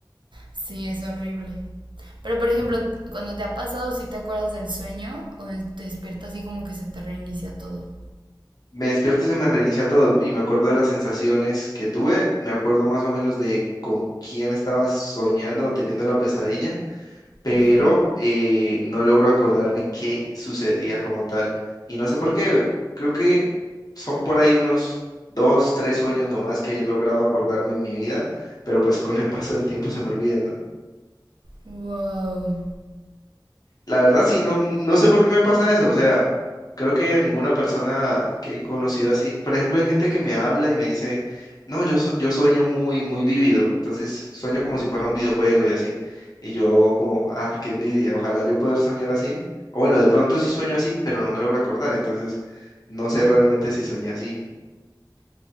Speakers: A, on the right; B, on the left.
A: Sí, es horrible. Pero por ejemplo, cuando te ha pasado, ¿sí te acuerdas del sueño o es- te despiertas así como que se te reinicia todo?
B: Me despierto y se me reinicia todo y me acuerdo de las sensaciones que tuve, me acuerdo más o menos de con quién estaba soñando o teniendo la pesadilla, pero
A: Ujú.
B: eh, no logro acordarme qué sucedía como tal. Y no sé por qué, creo que son por ahí unos dos, tres sueños nomás que he logrado acordarme en mi vida, pero pues con el paso del tiempo se me olvidan, ¿no?
A: Wow.
B: La verdad, sí, no, no sé por qué me pasa eso. O sea, creo que a ninguna persona que he conocido así. Por ejemplo, hay gente que me habla y me dice, no, yo, su- yo sueño muy, muy vívido. Entonces, sueño como
A: Ujú.
B: si fuera un videojuego y así. Y yo como, ah, qué envidia. Ojalá yo poder soñar así. O bueno, de pronto sí sueño así, pero no me logro acordar. Entonces, no sé realmente si soñé así.